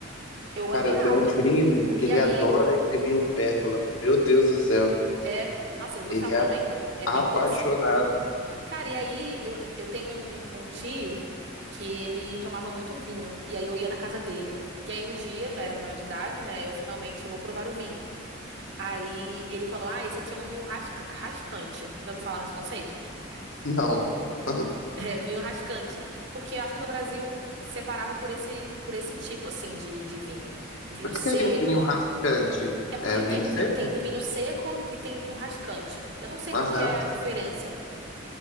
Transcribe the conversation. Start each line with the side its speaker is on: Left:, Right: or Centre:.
Right: Eu
Left: Cara,
Right: adorava.
Left: eu tenho um primo que
Right: E
Left: ele
Right: aí
Left: adora esse vinho pérgola. Meu Deus do céu.
Right: é. Nossa, eu gostava
Left: Ele é
Right: também. É
Left: apaixonado.
Right: bem doce. Cara, e aí eu, eu tenho um, um tio que ele tomava muito vinho. E aí eu ia na casa dele. E aí um dia, eu já era maior de idade, né? Eu finalmente vou provar o vinho. Aí ele falou: Ah, esse aqui é um vinho rasca- rascante. Já ouviu falar nesse conceito? <laughs>
Left: Não. <laughs>
Right: É, vinho rascante. Porque eu acho que no Brasil separava por esse, por esse tipo, assim, de, de vinho. Vinho
Left: O que
Right: seco.
Left: seria um vinho rascante?
Right: É porque
Left: É vinho
Right: tem,
Left: seco?
Right: vi- tem vinho seco e tem vinho rascante. Eu não sei qual
Left: Aham,
Right: que é a diferença,